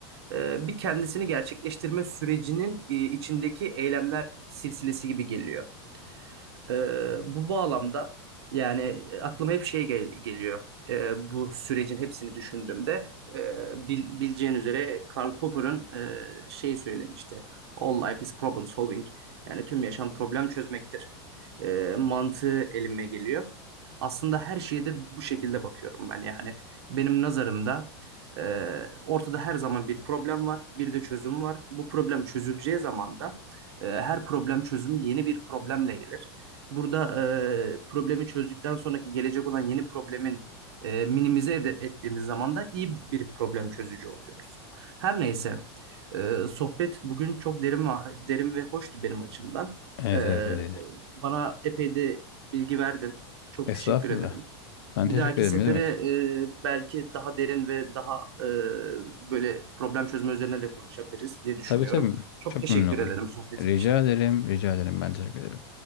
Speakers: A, on the right; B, on the left.
A: eee, bir kendisini gerçekleştirme sürecinin, iii, içindeki eylemler silsilesi gibi geliyor. Eee, bu bağlamda, yani, e, aklıma hep şey gel geliyor, eee, bu sürecin hepsini düşündüğümde, eee, bil bileceğin üzere Karl Popper'ın, eee, şey söylemişti, "All life is problem solving." Yani, "Tüm yaşam problem çözmektir." Eee, mantığı elime geliyor. Aslında her şeye de bu şekilde bakıyorum ben, yani. Benim nazarımda, eee, ortada her zaman bir problem var, bir de çözüm var. Bu problem çözüleceği zaman da, eee, her problem çözümü yeni bir problemle gelir. Burada, eee, problemi çözdükten sonraki gelecek olan yeni problemin, eee, minimize ede ettiğimiz zaman da iyi bir problem çözücü oluyoruz. Her neyse, eee, sohbet bugün çok derin ve derin ve hoştu benim açımdan.
B: Evet,
A: Eee,
B: evet öyleydi.
A: bana epey de bilgi verdin. Çok
B: Estağfurullah.
A: teşekkür ederim.
B: Ben
A: Bir
B: teşekkür
A: dahaki
B: ederim.
A: sefere,
B: Ne demek.
A: eee, belki daha derin ve daha, eee, böyle problem çözme üzerine de konuşabiliriz diye düşünüyorum.
B: Tabii tabii.
A: Çok
B: Çok
A: teşekkür
B: memnun olurum.
A: ederim sohbetin
B: Rica
A: için.
B: ederim, rica ederim. Ben teşekkür ederim.